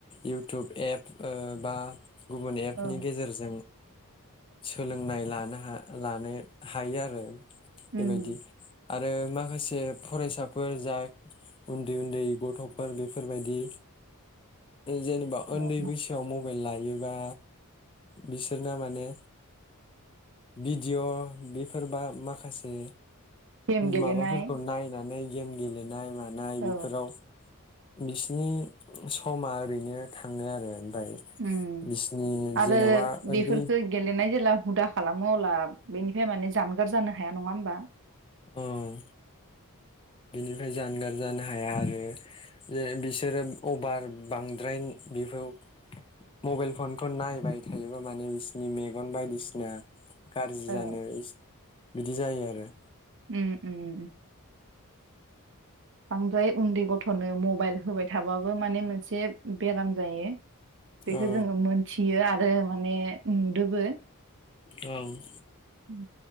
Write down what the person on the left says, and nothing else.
इउटुब एप ओ बा गुबुन एपनि
गेजेरजों सोलोंनाय ला लानो हा हायो आरो।
बेबायदि आरो माखासे फरायसाफोर जा उन्दै उन्दै गथ'फोर बेफोरबायदि। जेनेबा
उन्दै बैसोआव मबा मबाइल लायोबा बिसोरना माने भिडिय' बेफोरबा माखासे
माबाफोरखौ नायनाय नै गेम गेलेनाय मा नाय
बेफोराव बिसिनि समा ओरैनो थाङो आरो। ओमफ्राय
बिसिनि
जेनेबा उन्दै
ओं बिनिफ्राय जानगार जानो हाया आरो जे बिसोरो अभार बांद्राय बेखौ मबाइल फनखौ नायबाय थायोबा माने बिसनि मेगन बायदिसिना गाज्रि
जानो बिदि जायो आरो। रो
औ
औ